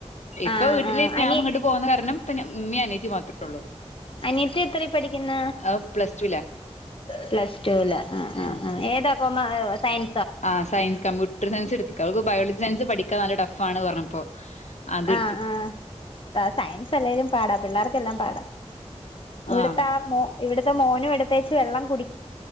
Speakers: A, on the left; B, on the left.
A: ഇപ്പൊ
B: ആഹ്
A: വീട്ടില്
B: ആഹ് അനി
A: ഞാൻ ഇങ്ങോട്ട് പോകുന്ന കാരണം ഇമ്മീ അനിയത്തി മാത്രേ ഉള്ളൂ
B: അനിയത്തി എത്ര പഠിക്കുന്ന
A: അത് പ്ലസ് ടുലാ
B: പ്ലസ് ടുലാ ആഹ്
A: ആ
B: ആഹ് ഏതാ കൊമ സയൻ
A: ആ സയൻസ് കമ്പ്യൂട്ടർ സയൻസ് എട്ക്ക അവക്ക് ബയോളജി സയൻസ് പഠിക്കാൻ നല്ല ടഫാണ് പറഞ്ഞപ്പോ അതെടുത്ത്
B: ആഹ് ആഹ് സയൻസ് അല്ലേലും പാടാ പിള്ളേർ ലാം പാടാ ഇവ്ട്ത്തെ
A: ആ
B: ആഹ് മോ ഇവ്ട്ത്തെ മോനും എടുത്തെച്ച് വെള്ളം കുടി